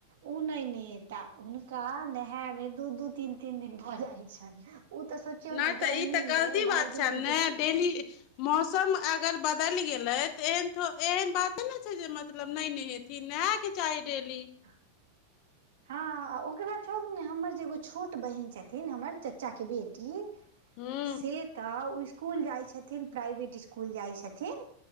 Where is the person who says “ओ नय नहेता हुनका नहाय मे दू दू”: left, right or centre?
Right